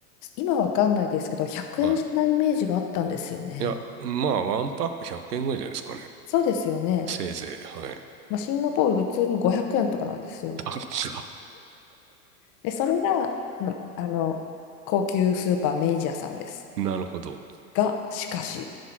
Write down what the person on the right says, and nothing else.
い。はい。いや、まあ、ワンパック100円ぐらいじゃないですかね。
せいぜい。はい。
あそうか
なるほど。